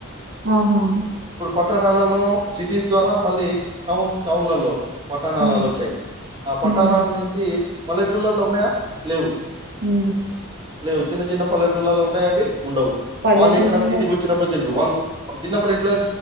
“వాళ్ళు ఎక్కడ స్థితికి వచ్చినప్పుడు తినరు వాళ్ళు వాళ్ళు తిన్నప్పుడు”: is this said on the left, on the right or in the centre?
Right